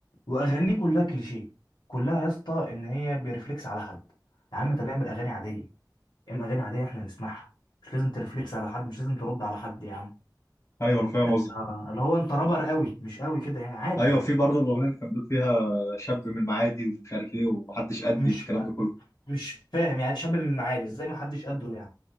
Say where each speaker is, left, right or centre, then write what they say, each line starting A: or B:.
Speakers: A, on the left (about 75°); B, on the left (about 40°).
A: واغانيه كلها كليشيه كلها يا اسطى ان هي بيرفلكس على حد يا عم طب اعمل اغاني عادية اعمل اغاني عادية احنا نسمعها مش لازم ترفلكس على حد مش لازم ترد على حد يا عم
B: ايوه انا فاهم
A: ده
B: قصدك
A: أنت- اللي هو انت رابر قوي مش قوي كده يعني عادي
B: ايوه
A: يعني
B: في برضه الاغنيه اللي كان بيقول فيها شاب من المعادي ومش عارف ايه ومحدش قدي
A: مش
B: والكلام ده كله
A: مش فاهم يعني شاب من المعادي ازاي ما حدش قده يعني